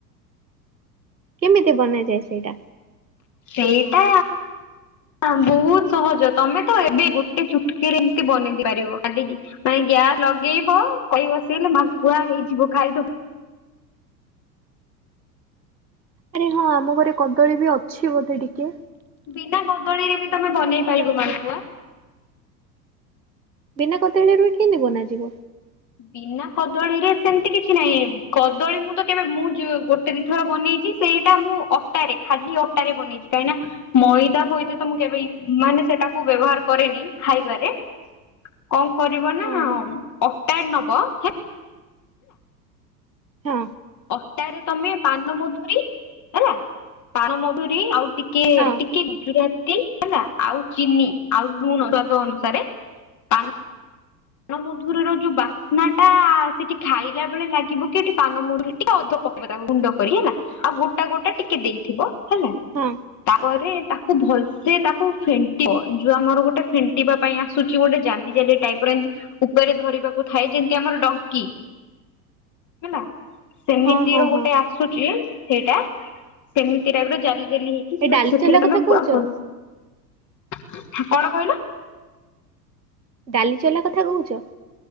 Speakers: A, on the right (about 85°); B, on the left (about 35°).
A: କେମିତି ବନାଯାଏ ସେଇଟା।
B: ସେଇଟା ହ ବହୁତ ସହଜ ତମେ ତ ଏବେ ଗୋଟେ ଚୁଟକିରେ ଏମିତି ବନେଇ ଦେଇ ପାରିବ କାଟିକି ମାଏଁ ଗ୍ୟାସ ଲଗେଇବ କଇ ବସେଇଲେ ମାଲପୁଆ ହେଇଯିବ ଖାଇଦ
A: ଆରେ ହଁ ଆମ ଘରେ କଦଳୀ ବି ଅଛି ବୋଧେ ଟିକେ
B: ବିନା କଦଳୀରେ
A: ଖାଲି
B: ବି ତମେ ବନେଇ
A: ମଇଦା
B: ପାରିବ
A: ଅଛି
B: ମାଲପୁଆ।
A: ବିନା କଦଳୀ ରେ ବି କେମିତି ବନାଯିବ।
B: ବିନା କଦଳୀରେ ସେମିତି କିଛି ନାହିଁ କଦଳୀ ମୁଁ ତ କେବେ ମୁଁ ଯୋଉ ଗୋଟେ ଦି ଥର ବନେଇ ଚି ସେଇଟା ମୁଁ ଅଟାରେ ଖାଲି ଅଟାରେ ବନେଇଚି କାହିଁନା ମଇଦା ଫଇଦା ତ ମୁଁ କେବେ ଇ ମାନେ ସେଟାକୁ ବ୍ୟବହାର କରେନି ଖାଇବାରେ। କଂ କରିବ ନା
A: ଓହୋ
B: ଅଁ ଟାଏଡ ନବ ହେ
A: ହଁ।
B: ଅଟାରେ ତମେ ପାନମଧୁରୀ ହେଲା ପାନମଧୁରୀ ଆଉ ଟିକିଏ
A: ହଁ
B: ଟିକିଏ ଗୁଜୁରାତି ହେଲା ଆଉ ଚିନି ଆଉ ଲୁଣ ସ୍ଵାଦ ଅନୁସାରେ ପାନ ପାନମଧୁରୀର ଯୋଉ ବାସ୍ନା ଟା ସେଠି ଖାଇଲା ବେଳେ ଲାଗିବ କି ଏଠି ପାନମଧୁରୀ ଟିକେ ଅଦ ପକେଇବା ତାକୁ ଗୁଣ୍ଡ କରିକି ହେଲା ଆଉ ଗୋଟା ଗୋଟେ ଟିକେ ଦେଇଥିବ ହେଲା।
A: ହଁ।
B: ତାପରେ ତାକୁ ଭଲସେ ତାକୁ ଫେଣ୍ଟିବ ଯୋଉ ଆମର ଗୋଟେ ଫେଣ୍ଟିବା ପାଇଁ ଆସ ସୁଚି ଗୋଟେ ଜାଲି ଜାଲି ଟାଇପର୍ ଏମତି ଉପରେ ଧରିବାକୁ ଥାଏ ଯେମିତି ଆମର ଡଙ୍କି ହେଲା। ସେମିତି
A: ହଁ ହଁ
B: ର ଗୋଟେ
A: ହଁ।
B: ଆସୁଚି ସେଇଟା ସେମିତି ଟାଇପ ର ଜାଲି ଜାଲି ହେଇ <unintelligible>
A: ଏ ଡାଲି ଚଲା କଥା କହୁଛ
B: କଣ କହିଲ।
A: ଡାଲି ଚଲା କଥା କୋହୁଚ।